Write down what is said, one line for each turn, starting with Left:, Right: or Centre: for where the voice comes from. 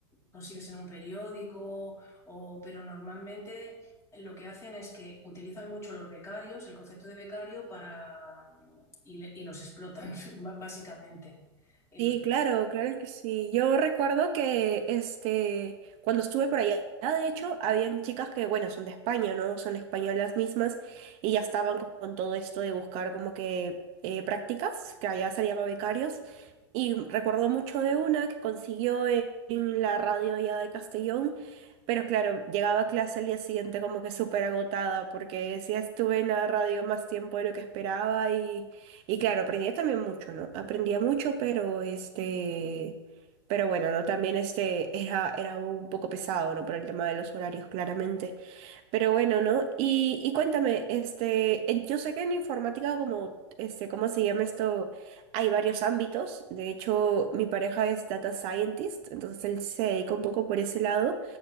Left: consigues en un periódico, o, pero normalmente lo que hacen es que utilizan mucho los becarios, el concepto de becario, para, y, le- y los explotan, <laughs> básicamente. Y
Right: Sí,
Left: los
Right: claro, claro que sí. Yo recuerdo que este, cuando estuve por allá, de hecho, habían chicas que, bueno, son de España, ¿no? Son españolas mismas y ya estaban con, con todo esto de buscar como que eh, prácticas, que allá se llama becarios. Y recuerdo mucho de una que consiguió en, en la radio ya de Castellón, pero claro, llegaba a clase al día siguiente como que súper agotada porque sí estuve en la radio más tiempo de lo que esperaba y claro, aprendía también mucho, ¿no? Aprendía mucho, pero este, pero bueno, ¿no? También este era, era un poco pesado, ¿no? Por el tema de los horarios, claramente. Pero bueno, ¿no? Y, y cuéntame, este, en- yo sé que en informática, como, este, ¿cómo se llama esto? Hay varios ámbitos. De hecho, mi pareja es data scientist, entonces él se dedica un poco por ese lado.